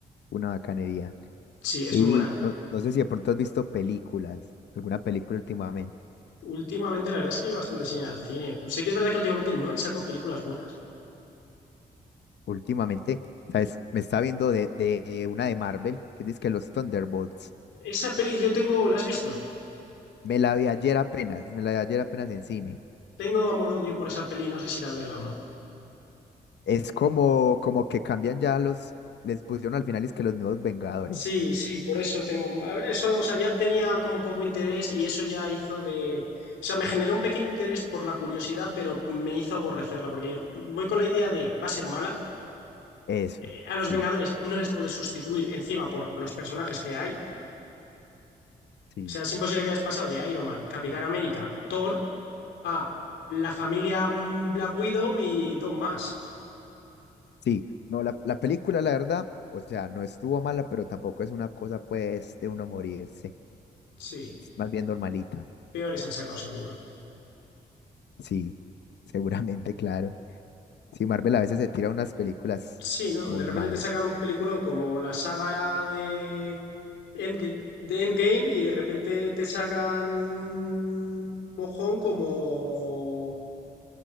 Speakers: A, on the left; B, on the left.
A: una bacanería.
B: sí, es
A: Y
B: muy buena.
A: no, no sé si de pronto has visto películas, alguna película últimamente.
B: Últimamente, la verdad es que yo bastante sin ir al cine. Pero sí que es verdad que últimamente no han sacado películas buenas.
A: Últimamente, ¿sabes? Me estaba viendo de, de una de Marvel, que dice que los Thunderbolts.
B: Esa peli yo tengo, ¿la has visto?
A: Me la vi ayer apenas, me la vi ayer apenas en cine.
B: Tengo amor-odio por esa peli, no sé si ir a verla o no.
A: Es como, como que cambian ya los, les pusieron al final es que los nuevos Vengadores.
B: Sí, sí, por eso tengo. a ver, Eso, o sea, ya tenía como poco interés y eso ya hizo de. O sea, me generó un pequeño interés por la curiosidad, pero me hizo aborrecerla, porque voy con la idea de va a ser mala.
A: Eso,
B: eh, A los
A: sí,
B: Vengadores no les puedes sustituir encima por los personajes que hay.
A: sí,
B: O sea, es imposible que hayas pasado de Iron Man, Capitán América, Thor, Ah, la familia mm, Black Widow y dos más.
A: sí. No, la, la película, la verdad, o sea, no estuvo mala, pero tampoco es una cosa, pues, de uno morirse
B: Sí,
A: es más bien normalita.
B: peores han sacado seguro.
A: Sí, seguramente, claro. Sí, Marvel a veces se tira unas películas
B: Sí, ¿no?
A: muy
B: De repente
A: malas.
B: te sacan un peliculón como la saga de Endgame, de Endgame y de repente te sacan un mojón como...